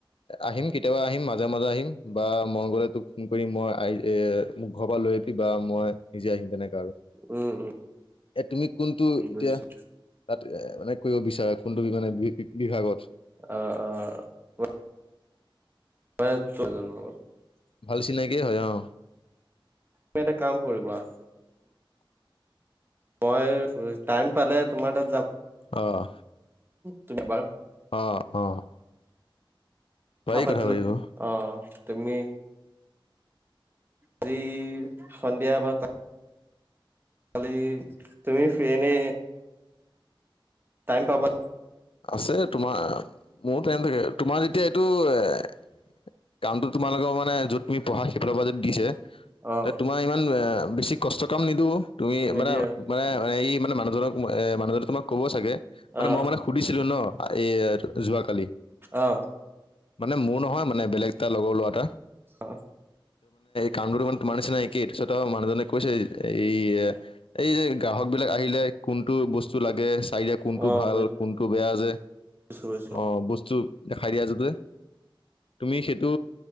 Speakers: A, on the left; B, on the right.
A: আহিম কেতিয়াবা আহিম মাজে মাজে আহিম বা মই গ'লে তোক ফোন কৰি মই এ মোক ঘৰ পৰা লৈ <unintelligible> বা মই নিজে আহিম তেনেকে
B: উম, উম।
A: এ তুমি কোনটো
B: উম
A: এতিয়া
B: বুজিছো
A: তাত এ মানে কৰিব বিচাৰা কোনটো মানে বি-বিভাগত?
B: অ', অ'। <inaudible>
A: ভাল চিনাকিয়ে হয় অ'।
B: তুমি এটা কাম কৰিবা মই টাইম পালে তোমাৰ তাত যাম।
A: আহ,
B: তুমি এবাৰ
A: আহ, অ'।
B: কথা
A: পাৰি
B: পাতিলো
A: পাতিব
B: অ' তুমি আজি সন্ধিয়া এবাৰ খালি তুমি ফ্ৰিনে টাইম পাবা
A: আছে তোমাৰ মোৰ টাইম থাকে। তোমাৰ যেতিয়া এইটো এ কামটো তোমালোকৰ মানে য'ত তুমি পঢ়া সেইফালৰ পৰা যদি দিছে।
B: অ
A: তে তোমাৰ ইমান এ বেছি কষ্ট কাম নিদিওঁ। তুমি
B: নিদিয়ে
A: মানে মানে এই মানে মানুহজনক-মানুহজনে তোমাক ক'ব চাগে। মানে
B: অ
A: মই মানে সুধিছিলো ন এ যোৱাকালি।
B: আহ।
A: মানে মোৰ নহয় মানে বেলেগ এটা লগৰ ল'ৰা এটা।
B: অ'।
A: কামটোৰ তোমাৰ নিচিনা একেই তাৰ পিছত আৰু মানুহজনে কৈছে এই এই যে গ্ৰাহকবিলাক আহিলে কোনটো বস্তু লাগে চাই দে কোনটো
B: অ',
A: ভাল কোনটো বেয়া যে।
B: বুজিছো বুজিছো
A: আহ বস্তু দেখাই দিয়াতো যে তুমি সেইটো